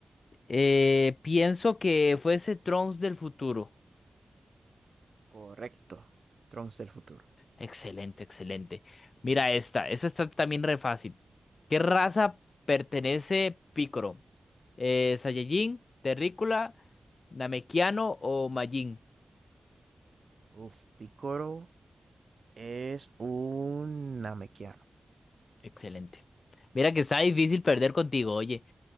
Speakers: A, on the left; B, on the right.
A: Eh, pienso que fue ese Trunks del futuro.
B: Correcto, Trunks del futuro.
A: Excelente, excelente. Mira esta, esta está también re fácil. ¿Qué raza pertenece Piccolo? Eh, ¿Saiyajin, Terrícola, Namekiano o Majin?
B: Uf, Picoro es un Namekiano.
A: Excelente. Mira que está difícil perder contigo, oye.